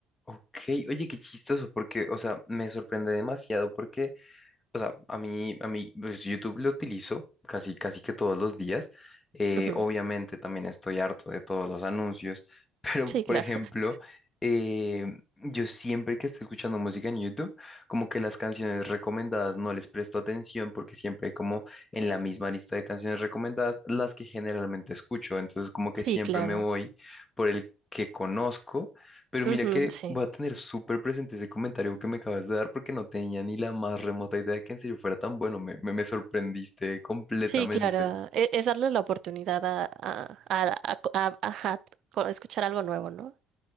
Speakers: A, on the left; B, on the right.
A: Ok, oye, qué chistoso, porque, o sea, me sorprende demasiado porque O sea, a mí, a mí, pues, YouTube lo utilizo casi, casi que todos los días. Eh,
B: Ujú.
A: obviamente también estoy harto de todos los anuncios, <laughs> pero
B: Sí,
A: por
B: claro.
A: ejemplo,
B: <laughs>
A: eh, yo siempre que estoy escuchando música en YouTube, como que las canciones recomendadas no les presto atención porque siempre hay como en la misma lista de canciones recomendadas las que generalmente escucho. Entonces como que
B: Sí,
A: siempre
B: claro.
A: me voy por el que conozco pero mira
B: Ujú,
A: que
B: sí.
A: voy a tener súper presente ese comentario que me acabas de dar porque no tenía ni la más remota idea de que en serio fuera tan bueno. Me, me, me sorprendiste completamente.
B: Sí, claro. E- Es, darle la oportunidad a, a, a, a- a- ajá, co- escuchar algo nuevo, ¿no?